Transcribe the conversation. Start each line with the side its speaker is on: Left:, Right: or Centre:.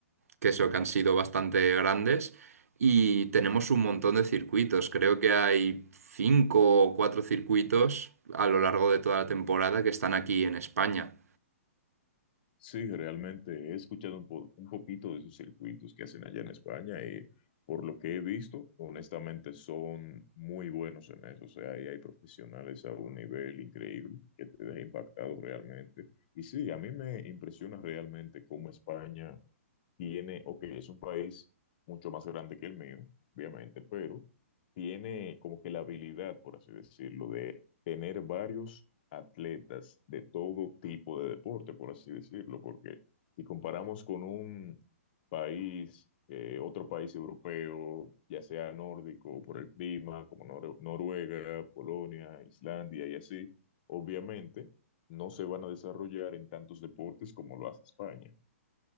Right: que eso, que han sido bastante grandes y tenemos un montón de circuitos. Creo que hay cinco o cuatro circuitos a lo largo de toda la temporada que están aquí en España.
Left: Sí, realmente he escuchado un, po- un poquito de esos circuitos que hacen allá en España y por lo que he visto, honestamente son muy buenos en eso. O sea, ahí hay profesionales a un nivel increíble que te deja impactado realmente. Y sí, a mí me impresiona realmente cómo España tiene, ok, es un país mucho más grande que el mío, obviamente, pero tiene como que la habilidad, por así decirlo, de tener varios atletas de todo tipo de deporte, por así decirlo, porque si comparamos con un país, eh, otro país europeo, ya sea nórdico por el clima, como Nor- Noruega, Polonia, Islandia y así, obviamente no se van a desarrollar en tantos deportes como lo hace España.